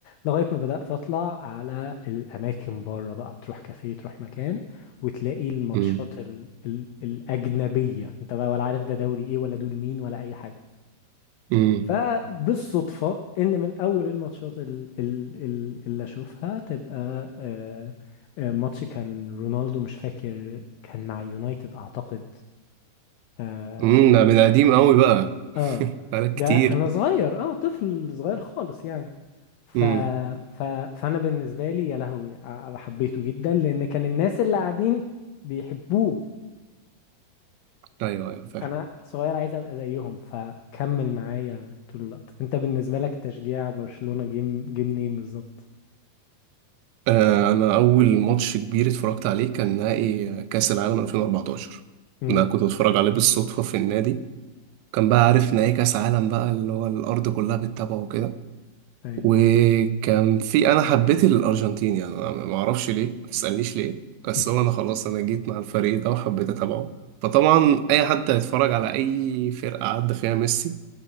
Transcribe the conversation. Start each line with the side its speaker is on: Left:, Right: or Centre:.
Left: لغاية ما بدأت اطلع على الاماكن بره بقى تروح كافيه تروح مكان وتلاقي الماتشات
Right: مم.
Left: ال... ال... الاجنبية انت بقى ولا عارف ده دوري ايه ولا دول مين ولا اي حاجة
Right: مم.
Left: فبالصدفة إن من أول الماتشات ال- ال- ال- اللي أشوفها تبقى آه، آه، ماتش كان رونالدو مش فاكر كان مع يونايتد أعتقد آه,
Right: امم ده من قديم قوي بقى <laughs>
Left: آه
Right: بقالك
Left: ده
Right: كتير
Left: أنا صغير آه طفل صغير خالص يعني ف...
Right: امم
Left: ف... فأنا بالنسبة لي يا لهوي ع- حبيته جدا لأن كان الناس اللي قاعدين بيحبوه
Right: ايوه ايوه فاهم
Left: انا صغير عايز ابقى زيهم فكمل معايا طول الوقت انت بالنسبه لك تشجيع برشلونه جيم جيم منين بالظبط
Right: آه انا اول ماتش كبير اتفرجت عليه كان نهائي كاس العالم 2014
Left: امم
Right: ده كنت اتفرج عليه بالصدفه في النادي كان بقى عارف نهائي كاس عالم بقى اللي هو الارض كلها بتتابعه وكده
Left: ايوه
Right: وكان في انا حبيت الارجنتين يعني أنا ما اعرفش ليه ما تسالنيش ليه بس
Left: <laughs>
Right: هو انا خلاص انا جيت مع الفريق ده وحبيت اتابعه فطبعا اي حد هيتفرج على اي فرقه عدى فيها ميسي